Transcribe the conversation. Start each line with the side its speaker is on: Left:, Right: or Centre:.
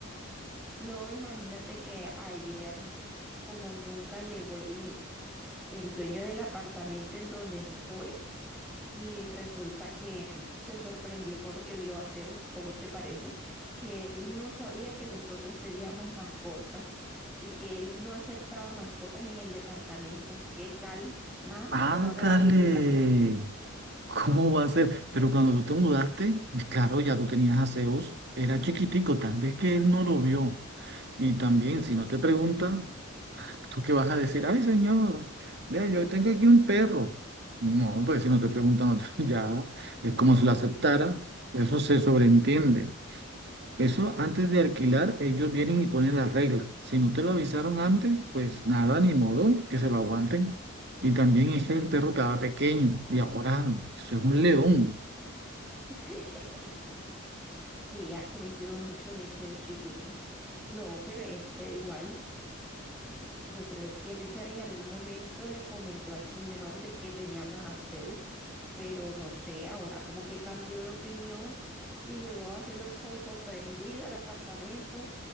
Centre: No, imagínate que ayer, como nunca llegó el, el dueño del apartamento en donde estoy, y resulta que se sorprendió porque vio a Zeus, ¿cómo te parece? Que él no sabía que nosotros teníamos mascotas y que él no aceptaba mascotas en el departamento. ¿Qué tal? Ah,
Right: Ándale.
Centre: ahora la joyita.
Right: ¿Cómo va a ser? Pero cuando tú te mudaste, claro, ya tú tenías a Zeus, era chiquitico, tal vez que él no lo vio. Y también, si no te pregunta, ¿tú qué vas a decir? Ay, señor, vea, yo tengo aquí un perro. No, pues si no te preguntan, no te- <laughs> ya es como si lo aceptara, eso se sobreentiende. Eso antes de alquilar, ellos vienen y ponen las reglas. Si no te lo avisaron antes, pues nada, ni modo, que se lo aguanten. Y también es que el perro estaba pequeño y ahora eso es un león.
Centre: <laughs> Sí, ha crecido mucho mi Zeus Chiwini. No, pero es que da igual. Yo creo que Richard en algún momento le comentó al señor de que teníamos a Zeus, pero no sé, ahora como que cambió de opinión y llegó haciéndose el sorprendido al apartamento,